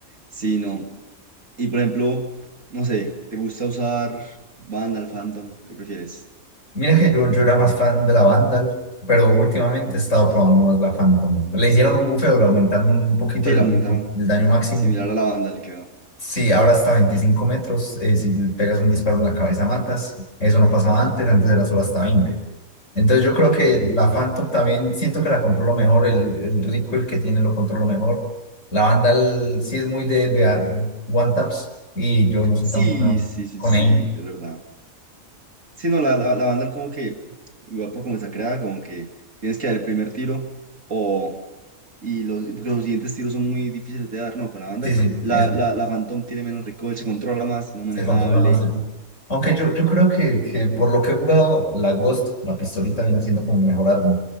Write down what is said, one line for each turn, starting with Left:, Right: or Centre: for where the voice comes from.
Right: Sí, no. Y por ejemplo, no sé, ¿te gusta usar Vandal, Phantom? ¿Qué prefieres?
Left: mira que yo, yo era más fan de la Vandal, pero últimamente he estado probando más la Phantom. Le hicieron un buffeo, le aumentaron un poquito
Right: Sí,
Left: el,
Right: la montaron.
Left: daño- el daño máximo
Right: Similar a la Vandal quedó.
Left: Sí, ahora hasta 25 metros. eh, si le pegas un disparo en la cabeza, matas. Eso no pasaba antes, antes era solo hasta 20. Entonces yo creo que
Right: Que...
Left: la Phantom también siento que la controlo mejor. El, el recoil que tiene lo controlo mejor. La banda el- sí es muy de, de dar one taps y yo no soy
Right: Sí,
Left: tan bueno
Right: sí, sí,
Left: con
Right: sí,
Left: ella.
Right: es verdad. Sí, no, la, la, la Vandal como que, igual por cómo está creada, como que tienes que dar el primer tiro o... Y los, porque los siguientes tiros son muy difíciles de dar, no, con la Vandal.
Left: Sí, sí,
Right: La,
Left: eso.
Right: la, la Phantom tiene menos recoil, se controla más, más manejable.
Left: Se controla más el... Aunque yo, yo creo que, que por lo que he jugado, la Ghost, la pistolita viene siendo como mi mejor arma.